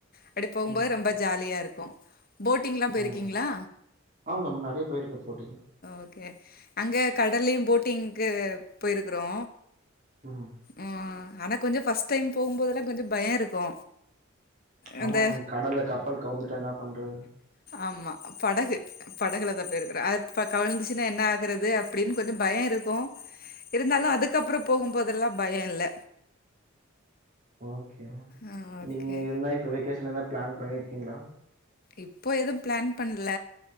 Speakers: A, on the left; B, on the right.
A: அப்டி போம்போது
B: ம்
A: ரொம்ப ஜாலியா இருக்கு போட்டிங்லா போயிருக்கீங்ளா
B: ஆமா ஆ மேம் நெறைய போயிருக்கே போட்டிங்
A: ஓகே அங்க கடல்லியு போட்டிங்க்கு போயிருக்குறோ
B: ம்
A: ஆ ஆனா கொஞ்ச ஃபர்ஸ்ட் டைம் போகும்போதெல்லா கொஞ்சோ பயோ இருக்கு அந்த
B: ஆமா மேம் கடல்ல கப்பல் கவுந்துட்டா என்ன பண்றதுன்னு
A: ஆமா படகு படகுல தா போயிருக்கிறே அது இப்போ கவிழந்துச்சுனா என்ன ஆகுறது அப்டின் கொஞ்ச பய இருக்கு இருந்தாலு அதுக்கப்புறோ போகும்போதெல்லா பய இல்ல
B: ஓகே மேம்
A: ஆ ஓகே
B: நீங்க என்ன இப்போ வெக்கேஷன் என்ன பிளான் பண்ணியிருக்கீங்ளா
A: இப்போ எதும் பிளான் பண்ல